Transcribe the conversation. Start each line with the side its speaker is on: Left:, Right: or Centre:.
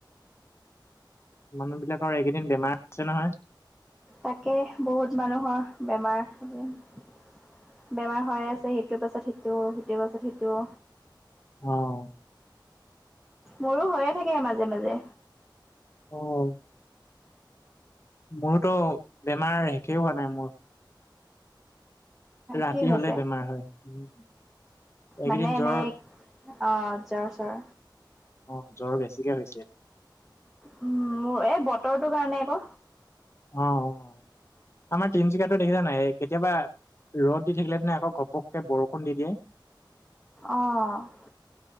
Left: মানুহবিলাকৰ এইকেইদিন বেমাৰ আছে নহয়।
Centre: তাকে বহুত মানুহৰ বেমাৰ- বেমাৰ হৈ আছে। সেইটোৰ পাছত সেইটো, সেইটোৰ পাছত সেইটো
Left: অ'।
Centre: মোৰো হৈয়ে থাকে মাজে - মাজে।
Left: অ'। মোৰোতো বেমাৰ শেষে হোৱা নাই মোৰ। ৰাতি
Centre: কি হৈছে
Left: হলে বেমাৰ হয়। এইকেইদিন
Centre: মানে
Left: জ্বৰ
Centre: এনেই অ জ্বৰ চৰ
Left: অ জ্বৰ বেছিকে হৈছে।
Centre: উম, মোৰ এই বতৰটোৰ কাৰণে ক।
Left: অ অ আমাৰ তিনিচুকীয়াতে দেখিছা নাই কেতিয়াবা ৰ'দ দি থাকিলে মানে আক ঘপককে বৰষুণ দি দিয়ে।
Centre: অঁ